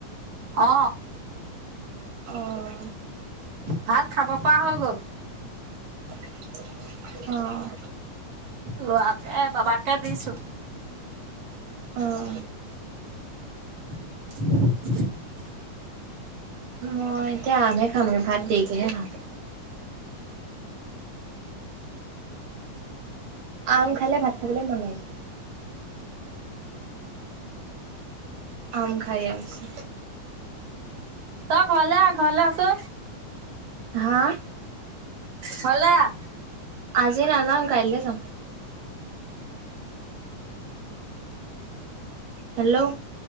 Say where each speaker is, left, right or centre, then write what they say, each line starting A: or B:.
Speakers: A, on the right (about 70°); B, on the right (about 85°).
A: অ
B: অহ
A: ভাত খাব পৱা হৈ গ'ল।
B: <unintelligible> অ',
A: লোৱা এ বাবাকে দিছো
B: অ'হ
A: <unintelligible>
B: মই এতিয়া আমহে খামগে, ভাত দেৰিকেহে খাম। আম খালে ভাত খাবলে মন নেযায়। আম খাই আছো।
A: ত ঘলে আহ ঘলে আচো
B: হা?
A: ঘলে আহ।
B: আজি নেজাং কাইলে যাম। হেল্ল'